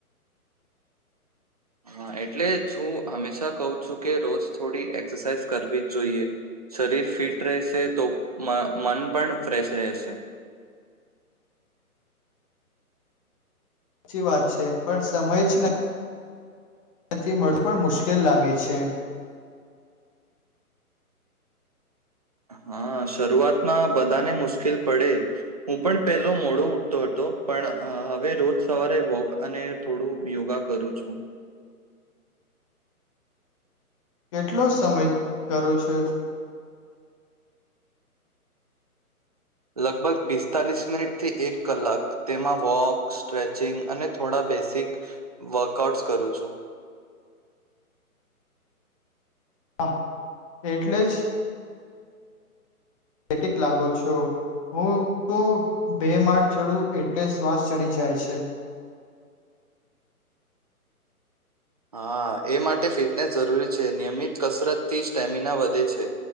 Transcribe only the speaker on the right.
હા એટલે જ હું હંમેશા કહું છું કે રોજ થોડી એક્સરસાઇઝ કરવી જ જોઈએ શરીર ફિટ રહેશે તો મન પણ ફ્રેશ રહેશે.
હા શરૂઆતમાં બધાને મુશ્કેલ પડે હું પણ પહેલો મોડો ઉઠતો હતો પણ હવે રોજ સવારે વોક અને થોડું યોગા કરું છું.
લગભગ પિસ્તાલીસ મિનિટ થી એક કલાક તેમાં વોક સ્ટ્રેચિંગ અને થોડા બેસિક વર્કઆઉટસ કરું છું.
હા એ માટે ફિટનેસ જરૂરી છે નિયમિત કસરતથી સ્ટેમિના વધે છે,